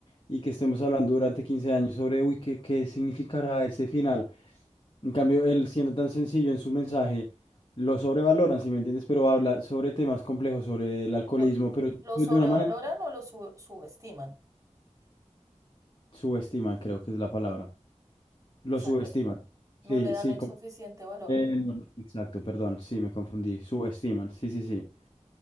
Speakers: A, on the left; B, on the right.
A: y que estemos hablando durante 15 años sobre, uy, ¿qué, qué significará este final? En cambio, él siendo tan sencillo en su mensaje, lo sobrevaloran, si me entiendes? Pero habla sobre temas complejos, sobre el alcoholismo,
B: Lo,
A: pero
B: lo
A: de
B: sobrevaloran
A: una manera
B: o lo su- subestiman,
A: subestiman, creo que es la palabra. Lo
B: o sea
A: subestiman.
B: que
A: Sí,
B: no le dan
A: sí,
B: el
A: com-
B: suficiente valor.
A: eh, no, exacto, perdón, sí, me confundí. Subestiman, sí, sí, sí.